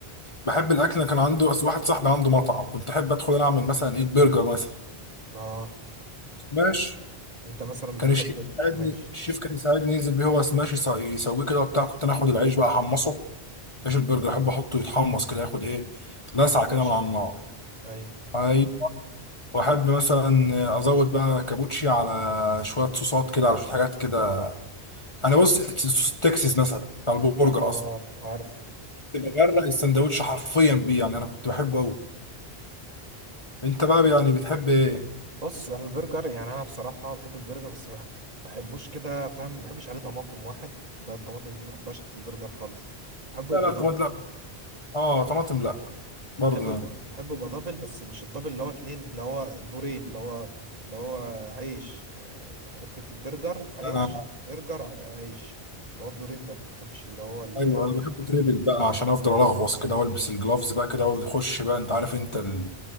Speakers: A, on the left (about 30°); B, on the right (about 40°).
A: بحب الاكل أنا كان عنده أصل واحد صاحبي عنده مطعم كنت احب ادخل انا اعمل مثلا ايه برجر مثلا
B: اه
A: سماش
B: انت مثلا
A: كان
B: بتحب
A: الشيف يساعدني
B: ماشي
A: الشيف كان يساعدني ينزل بيه هو سماش يسا- يسويه كده وبتاع كنت انا اخد العيش بقى احمصه عيش البرجر احب احطه يتحمص كده ياخد ايه لسعه
B: ياخد وش
A: كده من على النار
B: ايوه
A: أيوه. واحب مثلا ازود بقى كابوتشي على شويه صوصات كده على شويه حاجات كده انا بص صوص التكساس مثلا بتاع البرجر
B: اه
A: اصلا
B: عارف
A: تبقى غرق السندوتش حرفيا بيه يعني انا كنت بحبه قوي انت بقى يعني بتحب ايه
B: بص انا البرجر يعني انا بصراحه بحب البرجر بس ما بحبوش كده فاهم ما بحبش عليه طماطم واحد ده الطماطم دي ما بحبهاش في البرجر خالص بحبه
A: لا
B: يبقى
A: لا
B: دبل
A: طماطم لا اه طماطم لا برضه
B: بحب يبقى
A: يعني.
B: بحب يبقى دبل بس مش الدبل اللي هو اتنين اللي هو دورين اللي هو اللي هو عيش آه، حتة البرجر عيش
A: انا
B: برجر ع- عيش اللي هو الدورين ده ما بحبش اللي هو ال
A: ايوه انا بحبه تريبل بقى عشان افضل الغوص كده والبس الجلافز بقى كده واقعد يخش بقى انت عارف انت ال-